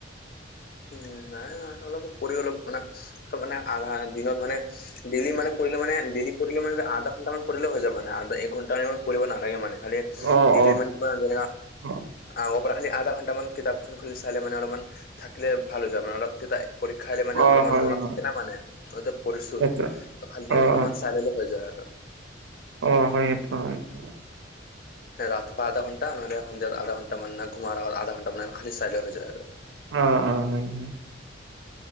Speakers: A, on the left; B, on the right.
A: উ, নাই অলপ কৰি অলপ মানে মানে আ দিনত মানে। ডেইলি মানে কৰিলে মানে ডেইলি পঢ়িলে মানে আধা ঘণ্টাামান পৰিলে হৈ যাব না। এ ঘন্টা পৰিব নালাগে মানে খালি
B: অ
A: দিল্লীৰ
B: অ
A: মানে কা যেনে
B: অ
A: আগ খালি আধা ঘণ্টামান কিতাপখন খুলি চাইে মানে অলপমান থাকিলে ভাল হৈ যায় মানে অলপ। পৰীক্ষা আহিলে মানে
B: অ
A: অলপমান
B: হয়
A: মনত
B: হয়
A: থাকে না মানে পঢ়িছোঁ
B: সেইটো
A: ত খালি
B: অ
A: অলপমান।
B: অ
A: চাইডিলে হৈ যায় আৰু।
B: অ' হয় সেইটো হয়-হয়।
A: ৰাতিপুৱা আধা ঘণ্টা নহলে' সন্ধিয়াত আধা ঘন্টা মানে ঘুমাৰ আগত আধা ঘণ্টা মানে খাল চাইল হৈ যায় আৰু।
B: অ, অ, হয়-হয়।